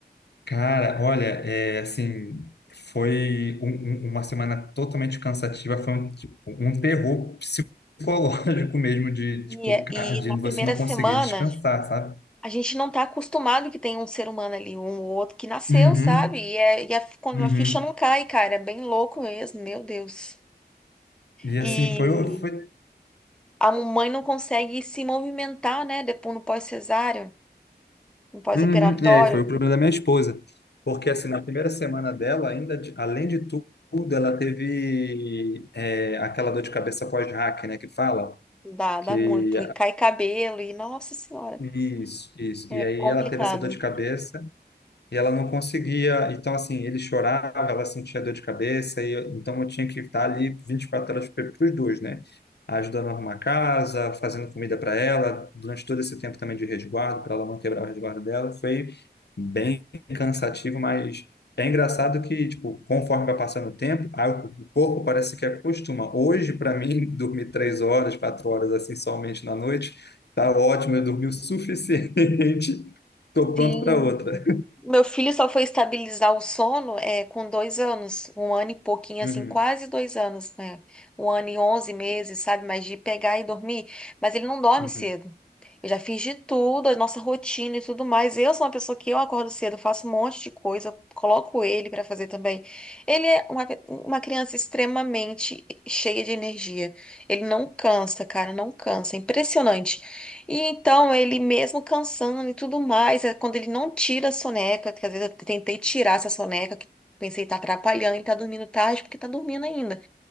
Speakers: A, on the left (about 75°); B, in the centre.
A: Cara, olha, é, assim, foi um- um- uma semana totalmente cansativa, foi um, tipo, um terror psicológico <laughs> mesmo de, tipo,
B: E, é,
A: ca- de
B: e na
A: você
B: primeira
A: não
B: semana.
A: conseguir descansar, sabe?
B: A gente não tá acostumado que tem um ser humano ali, um ou outro que nasceu,
A: Uhum.
B: sabe? E, é, e a- quando
A: Uhum.
B: a ficha não cai, cara, é bem louco mesmo, meu Deus.
A: E assim,
B: E
A: foi, o- foi,
B: a mãe não consegue se movimentar, né? Depois no pós cesáreo no pós-operatório,
A: Uhum. É, foi o problema da minha esposa. Porque assim, na primeira semana dela, ainda, de- além de tudo, ela teve é, aquela dor de cabeça pós-hack, né, que fala,
B: dá,
A: que...
B: dá muito. E cai cabelo, e nossa senhora,
A: Isso, isso.
B: é
A: E aí
B: complicado.
A: ela teve essa dor de cabeça, e ela não conseguia. Então, assim, ele chorava, ela sentia dor de cabeça, e eu- então eu tinha que estar ali 24 horas para os dois, né? Ajudando a arrumar a casa, fazendo comida para ela, durante todo esse tempo também de resguardo, para ela não quebrar o resguardo dela. Foi bem cansativo, mas é engraçado que, tipo, conforme vai passando o tempo, aí o o corpo parece que acostuma. Hoje, para mim, <laughs> dormir três horas, quatro horas assim somente na noite, tá ótimo, eu dormi o suficiente, <laughs> estou pronto
B: Sim.
A: para outra.
B: Meu filho só foi estabilizar o sono é, com dois anos, um ano e pouquinho,
A: Uhum.
B: assim, quase dois anos, né? Um ano e onze meses, sabe? Mas de pegar e dormir. Mas ele não dorme
A: Uhum,
B: cedo. Eu já fiz de tudo, a nossa rotina e tudo mais. Eu sou uma pessoa que eu acordo cedo, faço um monte de coisa, coloco ele pra fazer também. Ele é uma, pe- uma criança extremamente cheia de energia. Ele não cansa, cara, não cansa. É Impressionante. E então, ele mesmo cansando e tudo mais, é quando ele não tira a soneca, que às vezes eu tentei tirar essa soneca, que pensei tá atrapalhando, ele tá dormindo tarde, porque tá dormindo ainda,